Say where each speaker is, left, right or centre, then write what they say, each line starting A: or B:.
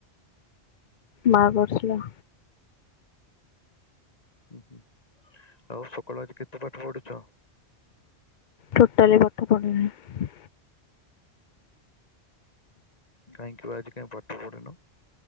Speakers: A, on the left; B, on the left.
A: ମା କରିଥିଲେ।
B: ହୁଁ ହୁଁ ଆଉ ସକାଳୁ ଆଜି କେତେ ପାଠ ପଢୁଛ?
A: ଟୋଟାଲି ପାଠ ପଢିନି
B: କାହିଁକି ତୁ ଆଜି କାଇଁ ପାଠ ପଢିନ।